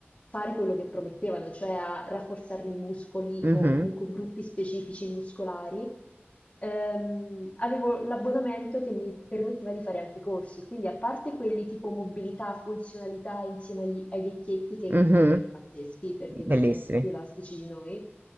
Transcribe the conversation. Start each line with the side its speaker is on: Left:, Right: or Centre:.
Left: fare quello che promettevano, cioè a rafforzarmi i muscoli
Right: mhm,
Left: o comunque gruppi specifici muscolari ehm, avevo l'abbonamento che mi permetteva di fare anche i corsi, quindi a parte quelli tipo mobilità, funzionalità insieme agli- ai vecchietti, che
Right: mhm.
Left: comunque pazzeschi perché veramente
Right: Bellissimi.
Left: più elastici di noi,